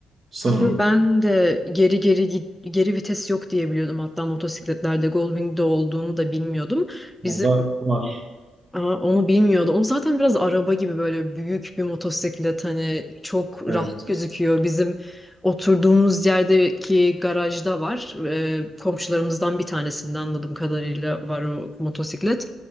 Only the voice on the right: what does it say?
sanırım.
Onda var.
Evet,